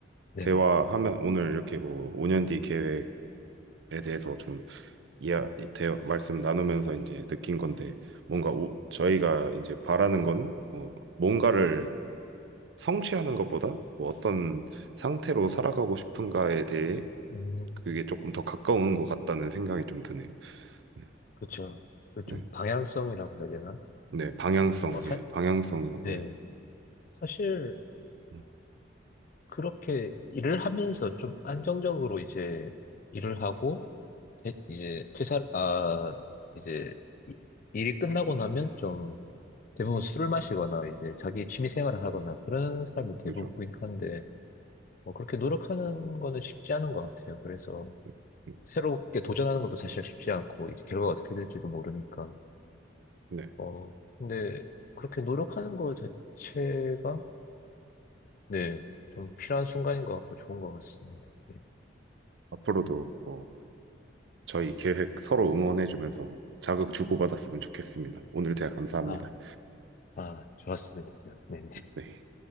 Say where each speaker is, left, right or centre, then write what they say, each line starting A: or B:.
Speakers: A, on the left; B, on the right.
A: 네네.
B: 대화하면 오늘 이렇게 뭐 5년 뒤 계획에 대해서 좀 이야 대 말씀 나누면서 이제 느낀 건데 뭔가 우- 저희가 이제 바라는 건뭐 뭔가를 성취하는 것보다 뭐 어떤 상태로 살아가고 싶은가에 대해
A: 음,
B: 그게 조금 더 가까운 것 같다는 생각이 좀 드네요. 네,
A: 그쵸. 그좀
B: 네,
A: 방향성이라고 해야 되나?
B: 네, 방향성,
A: 어, 사,
B: 예, 방향성이라고
A: 네.
B: 해야 돼요.
A: 사실,
B: 음,
A: 그렇게 일을 하면서 좀 안정적으로 이제 일을 하고, 퇴- 이제 퇴사, 아, 이제 이- 일이 끝나고 나면 좀 대부분 술을 마시거나 이제 자기 취미 생활을 하거나 그런 사람이 대부분이긴
B: 그죠.
A: 한데, 뭐 그렇게 노력하는 거는 쉽지 않은 것 같아요. 그래서
B: 음, 음.
A: 새롭게 도전하는 것도 사실 쉽지 않고, 이제 결과가 어떻게 될지도 모르니까.
B: 네,
A: 어, 근데 그렇게 노력하는 거 자체가, 네, 좀 필요한 순간인 것 같고 좋은 것 같습니다. 네.
B: 앞으로도 뭐 저희 계획 서로 응원해주면서 자극 주고받았으면 좋겠습니다. 오늘 대화 감사합니다.
A: 아, 아, 좋았습니다. 네.
B: 네.